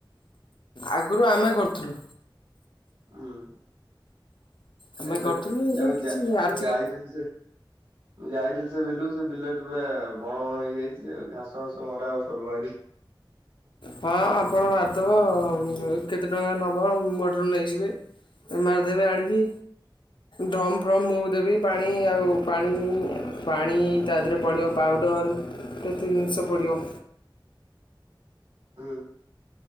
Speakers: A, on the left; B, on the right.
A: ଆଗରୁ ଆମେ କରୁଥିଲୁ।
B: ହୁଁ।
A: ଆମେ
B: ଏବେ
A: କରିଥିଲୁ ଏବେ
B: ନା
A: କିଛି ଆର୍ଥିକ
B: ମୁଁ ଯାଇଥିଲି ସେ ମୁଁ ଯାଇଥିଲି ସେ ବିଲୁ ସେ ବିଲ ଟା ବଣ ବଣ ହେଇଯାଇଛି। ଘାସ ଫାସ ମରା ଆଉ ସର୍ବହାରୀ
A: ହଁ ଆପଣ ମାରିଦବ କେତେ ଟଙ୍କା ନେବ ମୋଠାରୁ ନେଇଯିବେ ମାରିଦେବେ ଆଣିକି। ଡ୍ରମ୍ ଫ୍ରମ୍ ମୁଁ ଦେବି। ପାଣି ଆଉ ପାଣି ପାଣି ତା ଦେହରେ ପଡ଼ିବ ପାଉଡ଼ର କେତେ ଜିନିଷ ପଡ଼ିବ,।
B: ହଁ <inaudible>